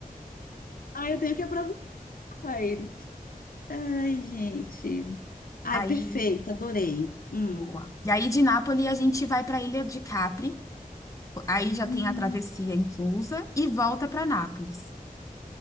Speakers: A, on the left; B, on the left.
A: Ai, eu tenho que aproveitar. Ai, Ai, gente. Ai,
B: Aí,
A: perfeito, adorei. Hum.
B: boa. E aí de Nápoles a gente vai para a Ilha de Capri, aí
A: Hum,
B: já tem a travessia inclusa e volta para Nápoles,